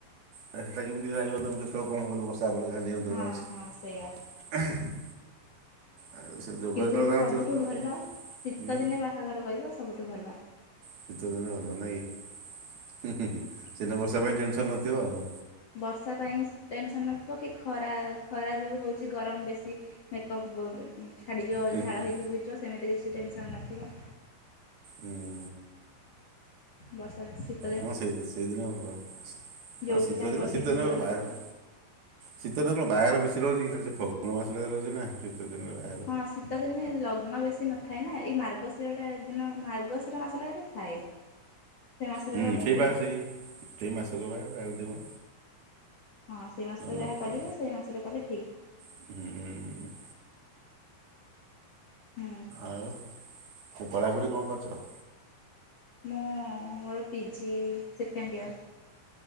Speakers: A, on the right; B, on the left.
A: ସେଟା କେମିତି ଜାଣିବ ତମେ କେତେବେଳେ କଣ ହବ ବୋଲି ବର୍ଷା ହେରୋଲି ନିୟନ୍ତ୍ରଣ
B: ହଁ
A: ଅଛି।
B: ହଁ ସେଇଆ।
A: <unintelligible> ଆଉ ସେ ଯୋଗ
B: କିନ୍ତୁ
A: ଯେତେବେଳେ ତାଙ୍କର
B: ସବୁଠୁ
A: ଥିବ ସେତେବେଳେ
B: ଭଲ
A: କଣ
B: ଶୀତଦିନେ
A: ହୁଁ
B: ବାହାଘର କରିବ ସବୁଠୁ ଭଲ।
A: ଶୀତ ଦିନେ ଭଲ ନାଇଁ ହୁଁ ହୁଁ ସେଦିନ ବର୍ଷା ପାଇଁ ଟେନସନ ନଥିବ ଆଉ।
B: ବର୍ଷା ପାଇଁ ଟେନସନ୍ ନଥିବ କି ଖରା ଖରା ଯେଉଁ ହେଉଛି ଗରମ ବେଶୀ ମେକପ୍ ଛାଡିଯିବ
A: ହୁଁ
B: ଝାଳ ହେଇକି ବହିଯିବ ସେମିତି କିଛି ଟେନସନ ନଥିବ।
A: ହୁଁ।
B: ବସ ଅଛି?
A: ହଁ ସେଇ ସେଇଦିନ ଭଲ ହଁ
B: ଯୋଉଠି
A: ଶୀତ
B: ଚାହିଁବ
A: ଦିନ
B: ସେଇଠି
A: ଶୀତଦିନେ
B: ବି ରହିପାରିବ।
A: ବାଘର ଶୀତ ଦିନ କଣ ବାହାଘର ବେଶୀ ରହୁଛି ଖାଲି ସେ ଫଗୁଣ ମାସଟା ରହୁଛି ନା ଶୀତ ଦିନରେ ବା
B: ହଁ ଶୀତଦିନେ ଲଗ୍ନ ବେଶୀ ନଥାଏ ନା ଏଇ ମାର୍ଗଶିରଟା ଦିନ ମାର୍ଗଶିର ମାସଟା ଏତରେ ଥାଏ। ସେ ମାସରେ
A: ହୁଁ
B: କଲେ
A: ସେଇ
B: ଠିକ୍
A: ବା ସେଇ ସେଇ ମାସ କ ବା ଥିବ।
B: ହଁ ସେଇ ମାସରେ
A: ନଥିବ।
B: ଯାହା କରିବେ ସେଇ ମାସରେ କଲେ ଠିକ୍।
A: ହୁଁ।
B: ହୁଁ।
A: ଆଉ ପଢାପଢି କଣ କରୁଚ?
B: ମୁଁ ମୋର PG second year.